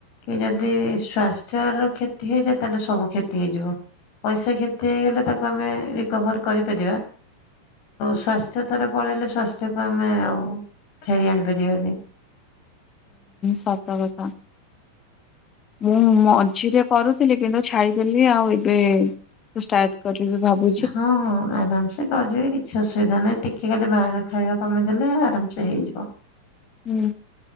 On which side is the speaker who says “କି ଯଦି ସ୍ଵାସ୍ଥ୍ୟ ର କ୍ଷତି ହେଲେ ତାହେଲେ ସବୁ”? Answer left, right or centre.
Left